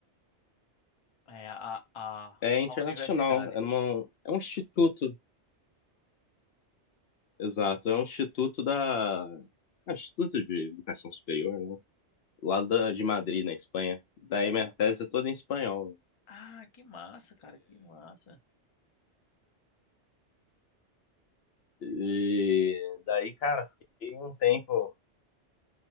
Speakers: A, on the left (about 35°); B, on the left (about 65°).
A: é a a
B: É internacional.
A: a universidade.
B: É, numa, é um instituto. Exato, é um instituto da. é um Instituto de Educação Superior, né? Lá da- de Madrid, na Espanha. Daí minha tese é toda em espanhol.
A: Ah, que massa, cara, que massa.
B: E daí, cara, fiquei um tempo.